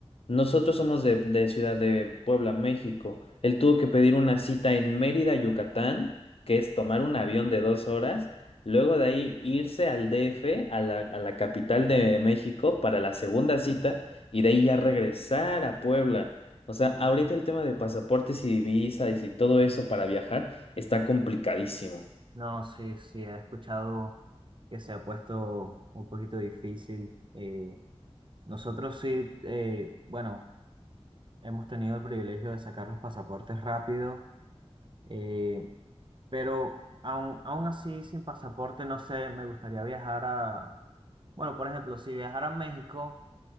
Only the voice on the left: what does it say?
Nosotros somos de, de Ciudad de Puebla, México. Él tuvo que pedir una cita en Mérida, Yucatán, que es tomar un avión de dos horas, luego de ahí irse al DF, a la, a la capital de México, para la segunda cita, y de ahí ya regresar a Puebla. O sea, ahorita el tema de pasaportes y visas y si todo eso para viajar está complicadísimo.